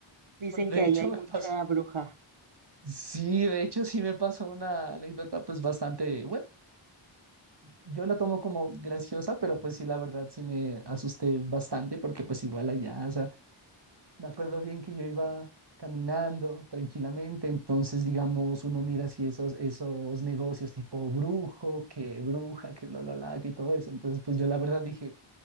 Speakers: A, on the right (about 70°); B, on the right (about 55°).
A: Dicen
B: De
A: que ahí
B: hecho,
A: hay
B: me
A: mucha
B: pasó,
A: bruja.
B: sí, de hecho, sí me pasó una anécdota pues bastante buena. Yo la tomo como graciosa, pero pues sí, la verdad sí me asusté bastante porque pues igual allá, o sea, me acuerdo bien que yo iba caminando tranquilamente, entonces digamos uno mira así esos, esos negocios tipo brujo, que bruja, que bla, bla, bla, que todo eso, entonces pues yo la verdad dije,